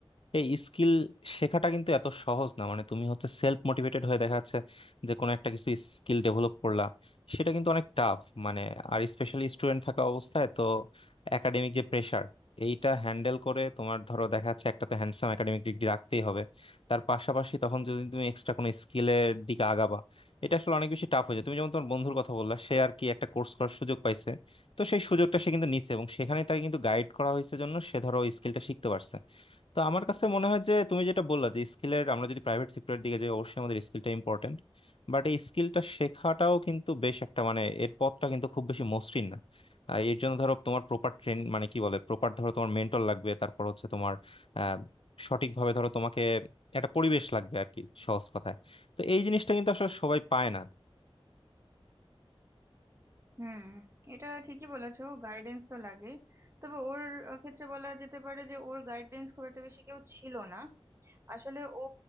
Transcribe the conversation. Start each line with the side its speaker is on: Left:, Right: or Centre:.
Left: এই স্কিল শেখাটা কিন্তু এত সহজ না মানে তুমি হচ্ছে সেলফ মোটিভেটেড হয়ে দেখা যাচ্ছে যে কোনো একটা কিছু স্কিল ডেভেলপ করলা সেটা কিন্তু অনেক টাফ মানে আর স্পেশালি স্টুডেন্ট থাকা অবস্থায় তো একাডেমিক যে প্রেসার এইটা হ্যান্ডেল করে তোমার ধরো দেখা যাচ্ছে একটা তো হ্যান্ডসাম একাডেমিক ডিগ্রি রাখতেই হবে তার পাশাপাশি তখন যদি তুমি এক্সট্রা কোনো স্কিলের দিকে আগাবা এটা আসলে অনেক বেশি টাফ হয়ে যায় তুমি যেমন তোমার বন্ধুর কথা বললা সে আর কি একটা কোর্স করার সুযোগ পাইছে তো সেই সুযোগটা সে কিন্তু নিছে এবং সেখানে তাকে কিন্তু গাইড করা হয়েছে জন্য সে ধরো স্কিলটা শিখতে পারছে তো আমার কাছে মনে হয় যে তুমি যেটা বললা যে স্কিলের আমরা যদি প্রাইভেট সেক্টরের দিকে যাই অবশ্যই আমাদের স্কিলটা ইম্পর্টেন্ট বাট এই স্কিলটা শেখাটাও কিন্তু বেশ একটা মানে এর পথটা কিন্তু খুব বেশি মসৃণ না আহ, এর জন্য ধরো তোমার প্রপার ট্রেন মানে কি বলে প্রপার ধরো তোমার মেন্টর লাগবে তারপর হচ্ছে তোমার আহ সঠিকভাবে ধরো তোমাকে একটা পরিবেশ লাগবে আর কি সহজ কথায় তো এই জিনিসটা কিন্তু আসলে সবাই পায় না
Right: হুম এটা ঠিকই বলেছো গাইডেন্স তো লাগেই তবে ওর আহ, ক্ষেত্রে বলা যেতে পারে যে ওর গাইডেন্স খুব একটা বেশি কেউ ছিল না আসলে ও